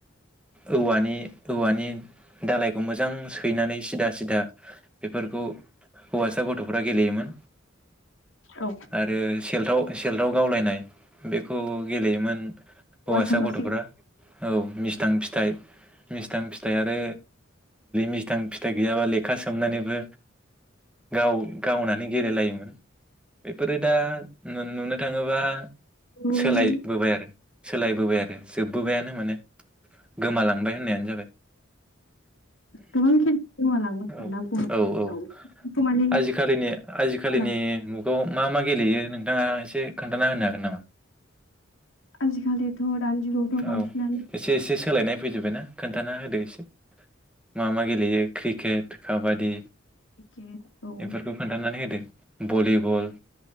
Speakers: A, in the centre; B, on the left.
A: औवानि औवानि दालायखौ मो मोजां सैनानै सिदा सिदा बेफोरखौ हौवासा गथ'फ्रा गेलेयोमोन
B: औ
A: आरो सेलथाव से केल्टआव गावलायनाय बेखौ गेलेयोमोन। हौवासा
B: हौवासाफ्रासो
A: गथ'फ्रा औ मिस्थां फिथ मिस्थां फिथाइ आरो मिस्थां फिथाइ गैयाबा लेखा सोमनानैबो गाव गावनानै गेलेलायोमोन। म बेफोरो दा नु-नुनो थाङोबा
B: गेलेयोमोन
A: सोलायबोबाय आरो सोलायबोबाय आरो जोब बोबायानो माने गोमालांबाय होननायानो जाबाय।
B: गोबां खेल गोमालांबाय
A: औ
B: आरोना बर'
A: औ
B: गेजेराव
A: औ
B: माने
A: आजिखालिनि आजिखालिनि
B: जाला
A: मुगायाव मा मा गेलेयो नों? नोंथांया एसे खोन्थाना होनो हागोन नामा?
B: आजिखालिथ दानि जुगाव
A: औ
B: बांसिनानो
A: एसे एसे सोलायनाय फैजोब्बायना खोन्थाना होदो एसे मा मा गेलेयो क्रिकेट काबादि?
B: क्रिकेट औ
A: बेफोरखौ खोन्थानानै होदो भलिबल